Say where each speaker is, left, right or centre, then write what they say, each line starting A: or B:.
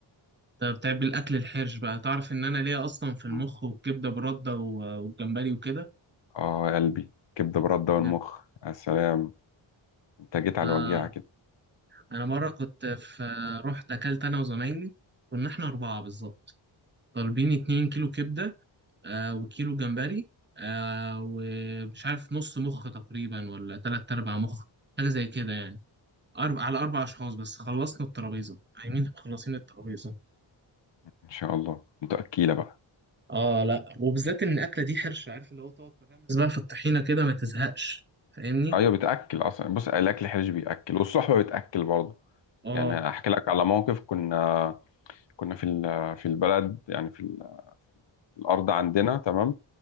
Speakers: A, on the right (about 20°); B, on the left (about 65°).
A: ده بتعب الاكل الحرش بقى تعرف ان انا ليا اصلا في المخ
B: مم.
A: والكبده برده و- والجمبري وكده
B: اه يا قلبي كبده برده
A: بجد
B: والمخ يا سلام انت جيت على
A: آه
B: وجيعه كده
A: انا مره كنت في رحت اكلت انا وزمايلي كنا احنا اربعه بالظبط طالبين اتنين كيلو كبده آه وكيلو جمبري آه ومش عارف نص مخ تقريبا ولا تلات ارباع مخ حاجه زي كده يعني أرب... على أربع أشخاص بس خلصنا الترابيزة عايمين مخلصين الترابيزة
B: ان شاء الله انت اكيله بقى
A: آه لأ وبالذات إن الأكلة دي حرش عارف اللي هو تقعد تغمس بقى في الطحينة كده ما تزهقش فاهمني؟
B: ايوه بتاكل اصلا بص الاكل حرج بياكل والصحبه بتاكل برضه
A: آه
B: يعني احكي لك على موقف كنا كنا في ال- في البلد يعني في ال- في الارض عندنا تمام